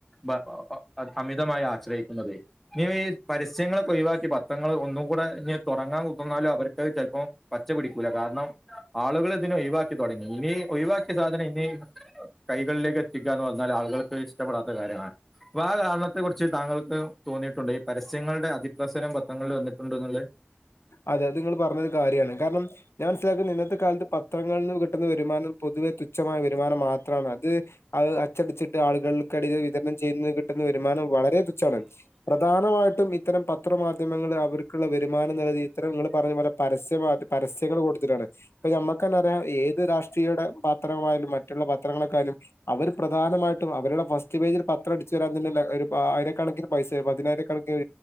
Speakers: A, in the centre; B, on the left (about 80°).
A: അ അ അമിതമായി ആശ്രയിക്കുന്നത് ഇനി ഈ പരസ്യങ്ങൾക്ക് ഒഴിവാക്കി പത്രങ്ങൾ ഒന്നും കൂടെ ഇനി തുടങ്ങാൻ കുത്തർന്നാലും അവർക്ക് അത് ചെലപ്പോം പച്ച പിടിക്കൂല്ല കാരണം ആളുകൾ ഇതിനെ ഒഴിവാക്കി തുടങ്ങി ഇനി ഒഴിവാക്കിയ സാധനം ഇനി കൈകളിലേക്ക് എത്തിക്കുക എന്ന് പറഞ്ഞാൽ ആളുകൾക്ക് ഇഷ്ടപ്പെടാ കാര്യമാണ് അപ്പൊ ആ കാരണത്തെ കുറിച്ച് താങ്കൾക്ക് തോന്നിയിട്ടുണ്ട് ഈ പരസ്യങ്ങളുടെ അതിപ്രസരം പത്രങ്ങളിൽ വന്നിട്ടുണ്ട്ന്ന്ള്ളെ
B: അതെ അത്ങ്ങള് പറഞ്ഞത് കാര്യാണ് കാര്ണം ഞാൻ മൻസ്സിലാക്കുന്നെ ഇന്നത്തെ കാലത്ത് പത്രങ്ങളിൽന്ന് കിട്ടുന്ന വരുമാനം പൊതുവെ തുച്ഛമായ വരുമാനം മാത്രാണ് അത് അത് അച്ചടിച്ചിട്ട് ആളുകൾക്കിടയിൽ വിതരണം ചെയ്യുന്നത് കിട്ടുന്ന വരുമാനം വളരെ തുച്ഛാണ് പ്രധാനമായിട്ടും ഇത്തരം പ പത്രമാധ്യമങ്ങൾ അവർക്ക്ള്ള പ്പാട് നിറഞ്ഞ ഇത്തരം ങ്ങള് പറഞ്ഞ പോലെ പരസ്യ പരസ്യങ്ങൾ കൊടുത്തിട്ടാണ് ഇപ്പ മ്മക്കന്നറിയാം ഏത് രാഷ്ട്രീയുടെ പാ പത്രയാലും മറ്റുള്ള പത്രങ്ങളെക്കായാലും അവര് പ്രധാനമായിട്ടും അവരുടെ ഫസ്റ്റ് പേജിൽ പത്രം അടിച്ചു വരാൻ തന്ന ഒരു ആയിരക്കണക്കിനും പൈസ പതിനായിരക്കണക്കിന്